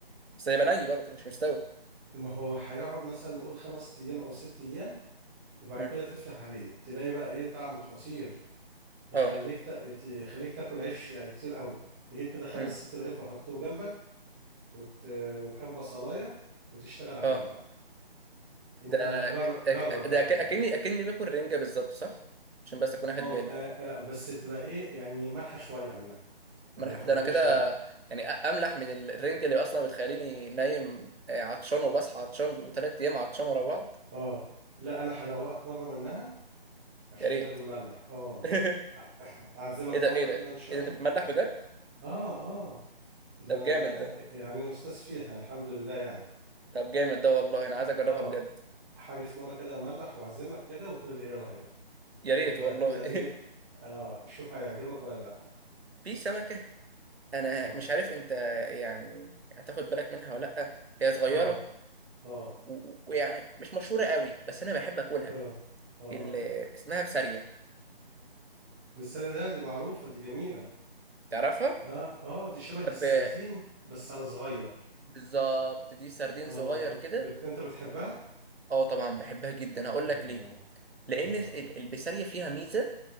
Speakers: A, on the right (about 90°); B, in the centre.
A: بس هيبقى ني برضه مش مستوي
B: ما هو هيقعد مثلا نقول خمس ايام او ست ايام وبعد
A: امم
B: كده تفتح عليه تلاقي بقى ايه طعمه خطير يخليك
A: اه
B: تا... ت- يخليك تاكل عيش يعني كتير قوي تجيب كده خمس
A: امم
B: ست رغيف وحطهم جنبك وت... وكام بصلاية وتشتغل عليهم
A: اه
B: بقى انت
A: ده
B: جر... جرب
A: أك- ده
B: بقى
A: أك-
B: كده
A: اكني اكني باكل رنجه بالظبط صح عشان بس اكون اخد
B: اه
A: بالي
B: آه، آه، بس تبقى ايه يعني مالحة شوية عنها يعني
A: ملح
B: حدوقية
A: ده انا كده
B: شوية
A: يعني أ- املح من ال- الرنجه اللي اصلا بتخليني نايم آه، عطشان وبصحى عطشان وثلاث ايام عطشان ورا بعض
B: اه لا انا هدوقك مرة منها عشان
A: يا ريت
B: انا بنملح اه
A: <laughs>
B: <laughs> اعزمك
A: ايه ده
B: مرة
A: ايه ده
B: كده ان شاء
A: ايه ده
B: الله
A: انت بتملح
B: اه
A: بجد
B: اه آه. ده
A: طب
B: انا
A: جامد ده
B: يعني استاذ فيها الحمد لله يعني
A: طب جامد ده والله انا عايز اجربها
B: اه
A: بجد
B: هاجي في مرة كده املح واعزمك كده وتقول لي ايه رأيك
A: يا
B: شوف
A: ريت
B: بقى
A: والله
B: كده ايه اه شوف هيعجبك ولا لا
A: <laughs> في سمكه انا
B: اه
A: مش عارف انت يعني هتاخد بالك منها ولا لا هي صغيره
B: اه اه
A: و- و- ويعني مش مشهورة قوي بس أنا بحب أكلها
B: اه اه
A: اللي اسمها بسارية
B: بالسردين دي معروفة دي جميلة
A: تعرفها؟
B: اه اه دي شبه
A: طب
B: السردين
A: آه،
B: بس على صغير
A: بالظبط دي سردين
B: اه
A: صغير
B: انت
A: كده
B: بت... انت بتحبها
A: اه طبعا بحبها جدا هقول
B: الله
A: لك ليه لأن
B: اه
A: ال- البسارية فيها ميزة